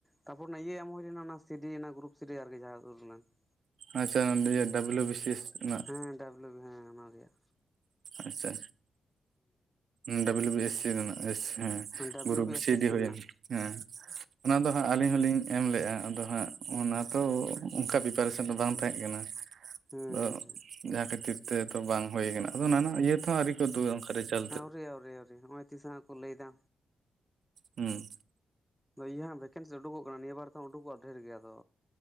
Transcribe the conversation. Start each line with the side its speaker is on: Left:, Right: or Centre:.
Centre: ᱛᱟᱯᱚᱨ ᱚᱱᱟ ᱤᱭᱟᱹ ᱮᱢ ᱦᱩᱭ ᱞᱮᱱᱟ ᱚᱱᱟ ᱥᱤ ᱰᱤ ᱚᱱᱟ ᱜᱨᱩᱯ ᱥᱤ ᱰᱤ ᱟᱹᱨᱠᱤ ᱡᱟᱦᱟᱸ ᱩᱰᱩᱠ ᱞᱮᱱᱟ ᱾
Right: ᱟᱪᱪᱷᱟ ᱚᱱᱟ ᱤᱭᱟᱹ ᱰᱟᱵᱽᱞᱩ ᱵᱤ ᱥᱤ ᱮᱥ ᱨᱮᱱᱟᱜ ᱾
Centre: ᱦᱮᱸ ᱰᱟᱵᱽᱞᱩ ᱵᱤ ᱦᱮᱸ ᱚᱱᱟ ᱨᱮᱭᱟᱜ᱾
Right: ᱟᱪᱪᱷᱟ ᱰᱟᱵᱽᱞᱩ ᱵᱤ ᱮᱥ ᱥᱤ ᱨᱮᱱᱟᱜ ᱮ ᱦᱮᱸ᱾
Centre: ᱦᱩᱸ W
Right: ᱜᱩᱨᱩ
Centre: B S
Right: C
Centre: S
Right: D ᱦᱩᱭᱮᱱ
Centre: ᱨᱮᱱᱟᱜ
Right: ᱦᱮᱸ᱾ ᱚᱱᱟ ᱫᱚ ᱦᱟᱸᱜ ᱟᱹᱞᱤᱧ ᱦᱚᱞᱤᱧ ᱮᱢ ᱞᱮᱜᱼᱟ ᱟᱫᱚ ᱦᱟᱸᱜ ᱚᱱᱟ ᱛᱚ ᱚᱱᱠᱟ ᱯᱨᱤᱯᱟᱨᱮᱥᱮᱱ ᱫᱚ ᱵᱟᱝ ᱛᱟᱦᱮᱸ ᱠᱟᱱᱟ᱾
Centre: ᱦᱩᱸ
Right: ᱟᱫᱚ
Centre: ᱦᱩᱸ ᱦᱩᱸ
Right: ᱡᱟᱦᱟᱸ ᱠᱷᱟᱹᱛᱤᱨ ᱛᱮᱫᱚ ᱵᱟᱝ ᱦᱩᱭ ᱠᱟᱱᱟ᱾ᱟᱫᱚ ᱚᱱᱟ ᱤᱭᱟᱹ ᱛᱮᱦᱚᱸ ᱟᱹᱣᱨᱤ ᱠᱚ ᱩᱫᱩᱜ ᱚᱱᱠᱟ ᱨᱮᱡᱟᱞ᱾
Centre: ᱦᱮᱸ ᱟᱹᱣᱨᱤ ᱟᱹᱣᱨᱤ ᱱᱚᱜᱚᱭ ᱛᱤᱥ ᱦᱟᱸᱜ ᱠᱚ ᱞᱟᱹᱭ ᱮᱫᱟ᱾
Right: ᱦᱮᱸ
Centre: ᱤᱭᱟᱹ ᱦᱟᱸᱜ ᱵᱷᱮᱠᱮᱱᱥᱤ ᱩᱰᱩᱠᱚᱜ ᱠᱟᱱᱟ ᱱᱤᱭᱟᱹ ᱵᱟᱨ ᱫᱚ ᱩᱰᱩᱠᱚᱜᱼᱟ ᱰᱷᱮᱨ ᱜᱮᱭᱟᱫᱚ᱾